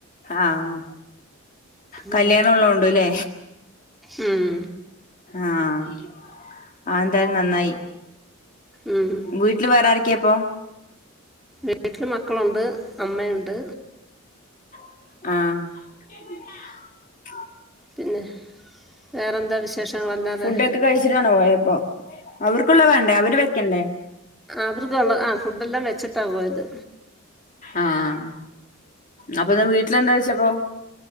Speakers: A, on the left; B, in the centre.
A: ആഹ്
B: ഉം
A: കല്യാണം ഒള്ളക്കൊണ്ട്ലെ
B: ഉം
A: ആഹ് അ തെനന്നായി
B: ഉം
A: വീട്ടില് വേറെ ആരൊക്കെ ഇപ്പം
B: വീട്ടില് മക്കളൊണ്ട് അമ്മയൊണ്ട്
A: ആഹ്
B: പിന്നെ വിശേഷങ്ങള് എന്താണ്
A: ഫുഡൊക്കെ കഴിച്ചിട്ടാണോ പോയപ്പോ അവർക്കുള്ള വേണ്ടേ അവര് വെക്കണ്ടേ
B: അവർക്കൊള്ളെ ഫുഡ്‌ എല്ലാം വെ വെച്ചിട്ടാ പോയത്
A: ആഹ് അപ്പൊ ഇന്ന് വീട്ടിലെന്താ വെച്ചപ്പോ